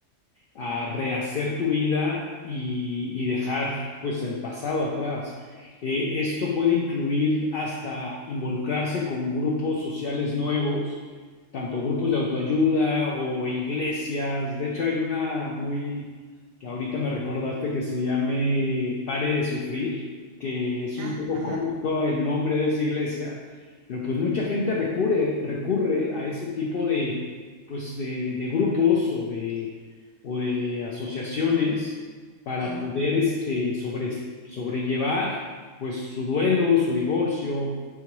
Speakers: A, on the left (about 60°); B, on the right (about 65°).
A: a rehacer tu vida y, y dejar pues el pasado atrás. Eh, esto puede incluir hasta involucrarse con grupos sociales nuevos, tanto grupos de autoayuda o iglesias. De hecho, hay una muy que ahorita me recordaste que se llame Pare de Sufrir, que es un
B: Ah,
A: poco
B: ajá,
A: cómico el nombre de esa iglesia, pero pues mucha gente recurre, recurre a ese tipo de, pues de, de grupos o de o de asociaciones para
B: sí,
A: poder este, sobre, sobrellevar pues su duelo, su divorcio